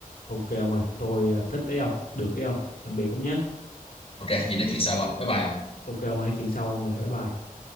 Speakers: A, on the left; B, on the left.
A: Ok ông ơi, tôi à, thích đấy ông, được đấy ông. Tạm biệt ông nhé.
B: ok gì nói chuyện sau không bye bye ông
A: Ok ông ơi, nói chuyện sau ông ơi, bye bye.